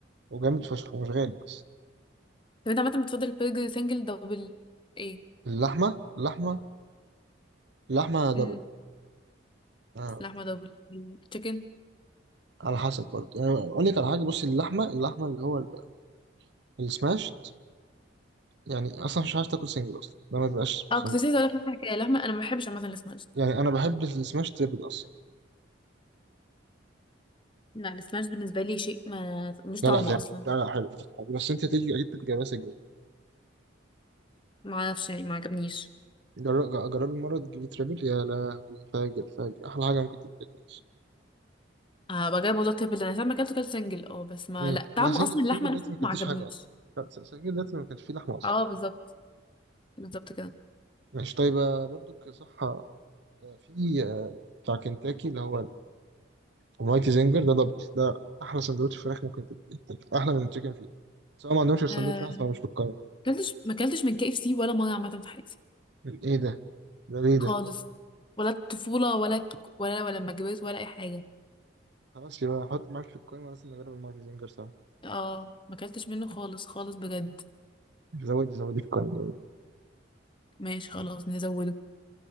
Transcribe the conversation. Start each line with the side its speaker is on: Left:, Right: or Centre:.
Right: وجامد فشخ ومش غالي بس
Left: طب انت عامه بتفضل البرجر سنجل دبل ايه
Right: اللحمة اللحمة اللحمة دبل
Left: امم
Right: آه.
Left: لحمه دبل تشيكن
Right: على حسب برضه يعني أقول لك على حاجة بصي اللحمة اللحمة اللي هو ال- السماشت يعني أصلا مش عارف تاكل سنجل أصلا ده ما بيبقاش
Left: اه
Right: سنجل
Left: كنت لسه هقولك نفس الحكايه لحمه انا ما بحبش عامه السماش
Right: يعني أنا بحب السماش تريبل أصلا
Left: لا السماش بالنسبه لي شيء ما مش
Right: لا
Left: طعم
Right: لا جامد
Left: اصلا
Right: لا لا حلو حلو. بس أنت تيجي أكيد تتجابها سنجل
Left: ما اعرفش يعني ما عجبنيش
Right: جر- ج- جربي مرة تجيبي تريبل يا لهوي فاجر فاجر أحلى حاجة ممكن تتاكل
Left: اه بقى جاي موضوع التربل ده انا لما اكلته كلت سنجل اه بس ما
Right: أمم،
Left: لا طعم
Right: لا سنجل
Left: اصلا اللحمه
Right: سنجل دلوقتي
Left: نفسه
Right: ما كلتيش
Left: ما عجبنيش
Right: حاجة أصلا لا، س- سنجل دلوقتي ما كانش فيه لحمة أصلا
Left: اه بالظبط بالظبط كده
Right: ماشي طيب آه، برضو كصحة آه، في آه، بتاع كنتاكي اللي هو المايتي زنجر ده دبل ده أحلى سندوتش فراخ ممكن تتاكل أحلى من التشيكن فيلا بس هو ما عندهمش غير سندوتش
Left: آه
Right: واحد فمش في القايمة
Left: كلتش ما كلتش من كي اف سي ولا مره عامه في حياتي
Right: إيه ده ده ليه ده
Left: خالص ولا الطفوله ولا ولا ولا لما كبرت ولا اي حاجه
Right: خلاص يبقى حط معاك في القايمة لازم نجرب المايتي زنجر سوا
Left: اه ما اكلتش منه خالص خالص بجد
Right: زودي زودي في القايمة زودي
Left: ماشي خلاص نزوده